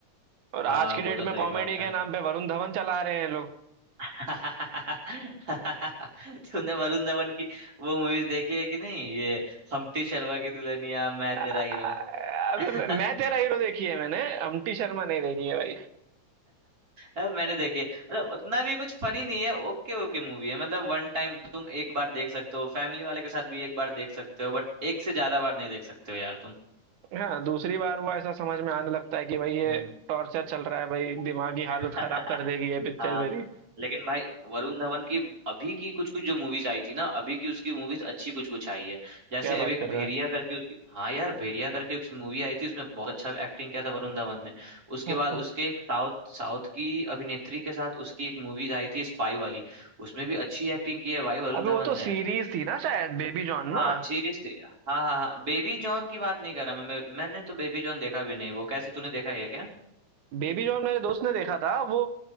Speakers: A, on the right; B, on the right.
A: और आज
B: हाँ
A: की
B: वो
A: डेट
B: तो
A: में
B: सही
A: कॉमेडी
B: बात
A: के
B: है
A: नाम पे वरुण धवन चला रहे हैं ये लोग
B: <laughs> तूने वरुण धवन की वो मूवीज देखी है कि नहीं ये हम्प्टी शर्मा की दुल्हनिया मैं
A: अबे
B: तेरा हीरो <laughs>
A: मैं मैं तेरा हीरो देखी है मैंने अम्टी शर्मा नहीं देखी है भाई
B: अब मैंने देखी है मतलब उतना भी कुछ फनी नहीं है ओके ओके मूवी है मतलब वन टाइम तुम एक बार देख सकते हो फैमिली वाले के साथ भी एक बार देख सकते हो बट एक से ज्यादा बार नहीं देख सकते हो यार तुम
A: हाँ दूसरी बार वो ऐसा समझ में आने लगता है कि भाई ये
B: हम्म
A: टॉर्चर चल रहा है भाई दिमागी हालत
B: <laughs>
A: खराब कर देगी ये पिक्चर
B: हाँ
A: मेरी
B: लेकिन भाई वरुण धवन की अभी की कुछ कुछ जो मूवीज आई थी ना अभी की उसकी मूवीज अच्छी कुछ कुछ आई है जैसे
A: क्या बात
B: अभी एक
A: कर
B: भेड़िया
A: रहा है
B: करके उसकी हाँ यार भेड़िया करके एक मूवी आई थी उसमें बहुत अच्छा एक्टिंग किया था वरुण धवन ने
A: अच्छा
B: उसके
A: अच्छा
B: बाद उसके एक साउथ साउथ की अभिनेत्री के साथ उसकी एक मूवीज आई थी स्पाई वाली उसमें भी अच्छी एक्टिंग की है भाई वरुण
A: अबे
B: धवन
A: वो तो
B: ने
A: सीरीज थी ना शायद बेबी जॉन
B: हाँ
A: ना
B: सीरीज थी हाँ हाँ हाँ बेबी जॉन की बात नहीं कर रहा मैं मैं- मैंने तो बेबी जॉन देखा भी नहीं वो कैसे तूने देखा है क्या
A: बेबी जॉन मेरे दोस्त ने देखा था वो